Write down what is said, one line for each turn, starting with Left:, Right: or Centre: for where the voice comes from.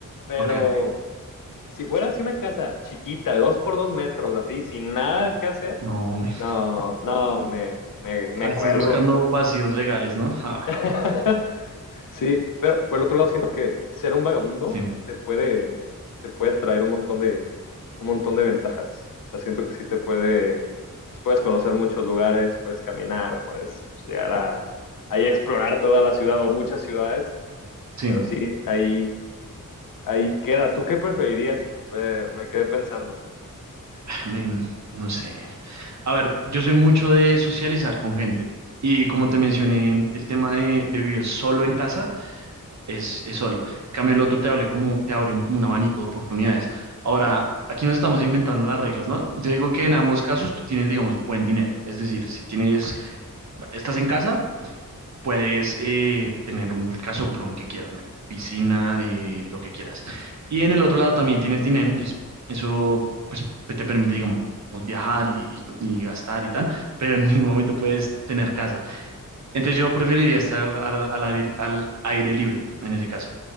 Left: Pero
Right: Ok, ok.
Left: si fuera así una casa chiquita, de dos por dos metros, así, sin nada que hacer,
Right: No, me.
Left: no, no, me, me, me
Right: Ah, estás
Left: cuelgo.
Right: buscando vacíos legales, ¿no? Ah,
Left: <laughs> Sí, pero por el otro lado siento que ser un vagabundo
Right: sí,
Left: te puede, te puede traer un montón de, un montón de ventajas. O sea, siento que sí te puede, pues puedes conocer muchos lugares, puedes caminar, puedes llegar a, ahí a explorar toda la ciudad o muchas ciudades,
Right: sí.
Left: pero sí, ahí, ahí queda. ¿Tú qué preferirías? Eh, me quedé pensando.
Right: I mean, no sé. A ver, yo soy mucho de socializar con gente. Y como te mencioné, el tema de, de vivir solo en casa es, es solo. En cambio, el otro te abre como, te abre un, como un abanico de oportunidades. Ahora, aquí nos estamos inventando las reglas, ¿no? Yo digo que
Left: <laughs>
Right: en ambos casos tú tienes, digamos, buen dinero. Es decir, si tienes,
Left: Ok.
Right: estás en casa, puedes eh, tener un casoplón que quieras, ¿no? piscina, eh, lo que quieras. Y en el otro lado también tienes dinero, entonces eso pues te permite, digamos, viajar y, y- y gastar y tal, pero en ningún momento puedes tener casa. Entonces yo preferiría estar al, al- al aire al aire libre en ese caso.